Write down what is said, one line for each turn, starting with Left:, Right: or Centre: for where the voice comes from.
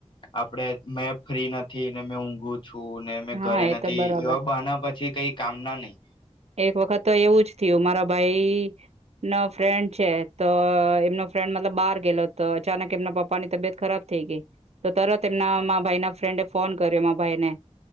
Left: આપડે મેં ફ્રી નથી ને મેં ઊંઘું છું ને મેં
Right: હા
Left: ઘરે
Right: એ
Left: નથી
Right: તો બરાબર
Left: એવા બહાના એ કઈ કામ ના નઈ
Right: એક વખત તો એવું જ થયું મારા ભાઈ ના ફ્રેન્ડ છે તો એમનો ફ્રેન્ડ મતલબ બાર ગેલો તો અચાનક એમના પપ્પાની તબિયત ખરાબ થઈ ગઈ તો તરત એમના મા ભાઈ ના ફ્રેન્ડ એ ફોન કર્યો મારા ભાઈને